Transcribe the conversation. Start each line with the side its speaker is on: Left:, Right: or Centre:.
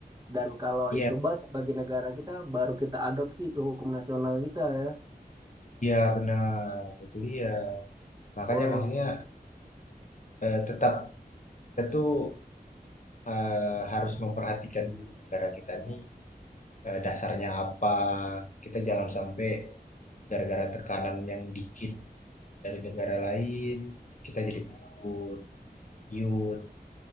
Right: Dan kalau
Left: Iya,
Right: itu banyak bagi negara kita, baru kita adopsi ke hukum nasional kita ya.
Left: iya benar. Itu dia. Makanya
Right: Boleh
Left: maksudnya eh, tetap kita tuh eh, harus memperhatikan juga negara kita nih eh, dasarnya apa. Kita jangan sampai gara-gara tekanan yang dikit dari negara lain, kita jadi takut, jadi ciut.